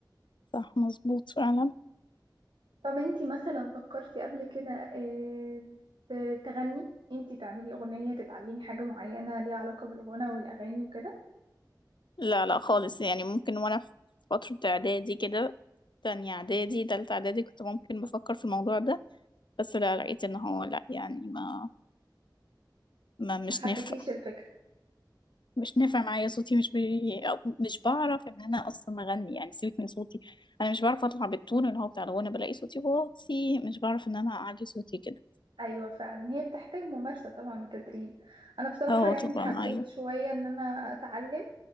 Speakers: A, on the left; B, on the right.
A: صح مظبوط فعلا
B: طب انتي مثلا فكرتي قبل كده آه، ت- تغني انتي تعملي اغنية تتعلمي حاجة معينة ليها علاقة بالغنى والاغاني وكده
A: لا لا خالص يعني ممكن وانا في فتره اعدادي كده تانية اعدادي تالتة اعدادي كنت ممكن بفكر في الموضوع ده بس لا لقيت ان هو لا يعني ما ما مش
B: ما حبيتيش
A: نافع
B: الفكرة
A: مش نافع معايا صوتي مش بي... أو مش بعرف ان انا اصلا اغني يعني سيبك من صوتي انا مش بعرف اطلع بالتون اللي هو بتاع الغنى بلاقي صوتي واطي مش بعرف ان انا اعلي صوتي كده
B: ايوه فعلا هي بتحتاج ممارسه طبعا وتدريب انا بصراحه
A: اه
B: يعني
A: طبعا
B: حبيت
A: ايوه
B: شويه ان انا اتعلم